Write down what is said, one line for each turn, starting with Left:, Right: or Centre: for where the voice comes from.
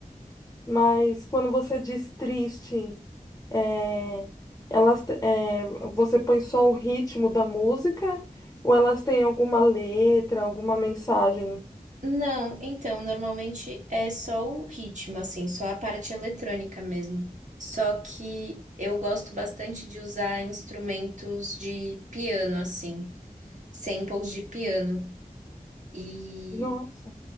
Left: Mas quando você diz triste, é, elas, te- é, você põe só o ritmo da música ou elas têm alguma letra, alguma mensagem?
Right: Não, então, normalmente é só o ritmo, assim, só a parte eletrônica mesmo. Só que eu gosto bastante de usar instrumentos de piano, assim, samples de piano. E,
Left: Nossa.